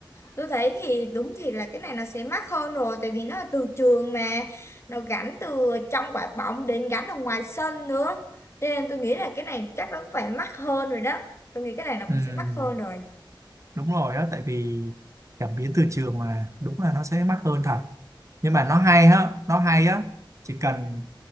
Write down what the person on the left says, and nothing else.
Tôi thấy thì đúng thì là cái này nó sẽ mắc hơn rồi tại vì nó là từ trường mà nó gắn từ trong quả bóng đến gắn ở ngoài sân nữa Cho nên tôi nghĩ là cái này chắc nó cũng phải mắc hơn rồi đó tôi nghĩ cái này nó
cũng sẽ mắc hơn rồi